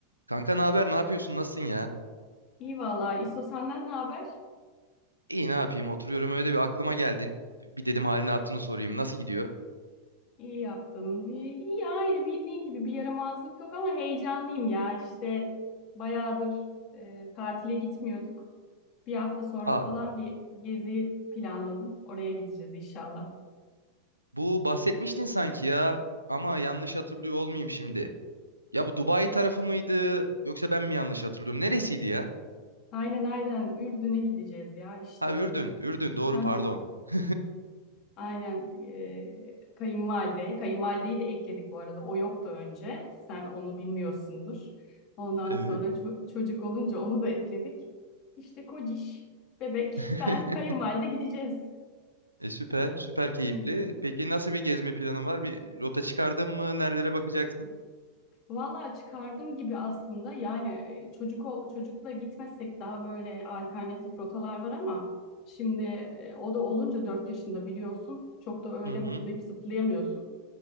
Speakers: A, on the right; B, on the left.
A: Kanka ne haber? Ne yapıyorsun? Nasılsın ya?
B: İyi vallahi İso senden ne haber?
A: İyi ne yapayım? Oturuyorum öyle bir aklıma geldin. Bir dedim halini attığını sorayım. Nasıl gidiyor?
B: İyi yaptın. İyi, iyi aynı bildiğin gibi bir yaramazlık yok ama heyecanlıyım ya. İşte bayağıdır e, tatile gitmiyorduk. Bir hafta sonra
A: Aa,
B: falan bir gezi planladım. Oraya gideceğiz inşallah.
A: bu bahsetmiştin sanki ya. Ama yanlış hatırlıyor olmayayım şimdi. Ya bu Dubai tarafı mıydı? Yoksa ben mi yanlış hatırlıyorum? Neresiydi ya?
B: Aynen aynen Ürdün'e gideceğiz ya işte.
A: Ha Ürdün. Ürdün doğru
B: <laughs>
A: pardon. <laughs>
B: Aynen eee kayınvalide. Kayınvalideyi de ekledik bu arada. O yoktu önce. Sen onu bilmiyorsundur. Ondan
A: Evet.
B: sonra ço- çocuk olunca onu da ekledik. İşte kociş, bebek,
A: <laughs>
B: ben, kayınvalide gideceğiz.
A: E, süper. Süper keyifli.
B: Hmm.
A: Peki nasıl bir gezme planın var? Bir rota çıkardın mı? Nerelere bakacaksın?
B: Vallahi çıkardım gibi aslında. Yani e, çocuk ol- çocukla gitmesek daha böyle alternatif rotalar var ama şimdi e, o da olunca 4 yaşında biliyorsun. Çok da öyle
A: Hı hı.
B: hoplayıp zıplayamıyorsun.